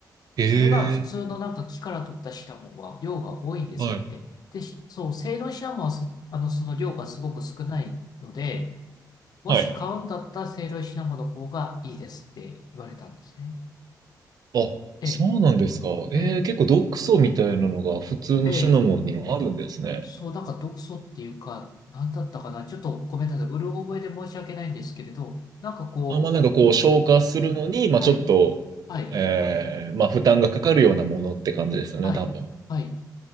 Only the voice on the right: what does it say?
え
ー、はい。
はい。あ、
そうなんですか。えー、
結構毒素みたいなのが普通のシナモンにはあるんですね。
あ、まあなんかこう消化するのに、
まあちょっと、
えー、まあ負担がかかるようなものって感じですよね、
多分。